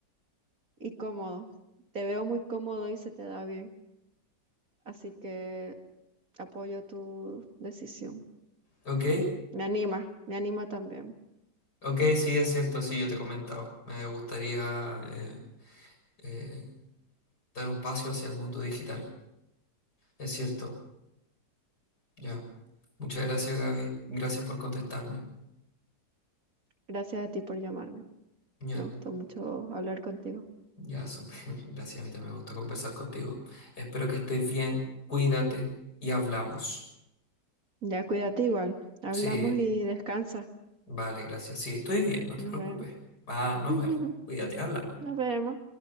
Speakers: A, on the right; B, on the left.
A: y cómodo. Te veo muy cómodo y se te da bien, así que apoyo tu decisión.
B: Ok,
A: Me anima, me anima también.
B: ok, sí, es cierto. Sí, yo te he comentado. Me gustaría eh, eh, dar un paso hacia el mundo digital. Es cierto. Ya. Muchas gracias, Gaby. Gracias por contestarme.
A: Gracias a ti por llamarme.
B: Ya,
A: Me gustó mucho hablar contigo.
B: ya, súper. <laughs> Gracias. A mí también me gusta conversar contigo. Espero que estés bien. Cuídate y hablamos.
A: Ya cuídate igual. Hablamos
B: Sí,
A: y descansa.
B: vale, gracias. Sí, estoy bien, no te
A: Nos
B: preocupes.
A: vemos.
B: Ah, nos
A: <laughs>
B: vemos. Cuídate, hablamos.
A: Nos vemos.